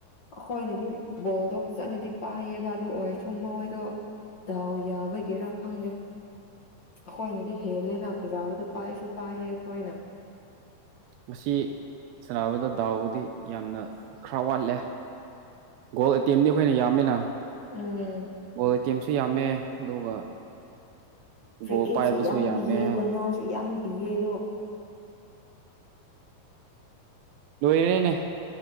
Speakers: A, on the left; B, on the right.
A: ꯑꯩꯈꯣꯏꯅꯗꯤ ꯕꯣꯜꯗꯣ ꯐꯖꯅꯗꯤ ꯄꯥꯏꯌꯦꯕ ꯑꯗꯨ ꯑꯣꯏꯔꯁꯨ ꯃꯣꯏꯗꯣ ꯗꯥꯎ ꯌꯥꯕꯒꯤꯔꯥ ꯈꯪꯗꯦ ꯑꯩꯈꯣꯏꯅꯗꯤ ꯍꯦꯜꯂꯦꯅ ꯐꯖꯕꯗꯣ ꯄꯥꯏꯁꯨ ꯄꯥꯏꯌꯦ ꯑꯩꯈꯣꯏꯅ
B: ꯉꯁꯤ ꯁꯥꯟꯅꯕꯗꯣ ꯗꯥꯎꯗꯤ ꯌꯥꯝꯅ ꯈꯔ ꯋꯥꯠꯂꯦ ꯒꯣꯜ ꯑꯇꯦꯝꯗꯤ ꯑꯩꯈꯣꯏꯅ ꯌꯥꯝꯃꯤꯅ
A: ꯎꯝ
B: ꯒꯣꯜ ꯑꯦꯇꯦꯝꯁꯨ ꯌꯥꯝꯃꯦ ꯑꯗꯨꯒ
A: ꯐꯔꯤ
B: ꯕꯣꯜ
A: ꯀꯤꯛꯁꯨ
B: ꯄꯥꯏꯕꯁꯨ
A: ꯌꯥꯝ
B: ꯌꯥꯝꯃꯦ
A: ꯄꯤꯌꯦ ꯀꯣꯟꯅꯥꯔꯁꯨ ꯌꯥꯝ ꯄꯤꯌꯦ ꯑꯗꯣ
B: ꯂꯣꯏꯔꯦꯅꯦ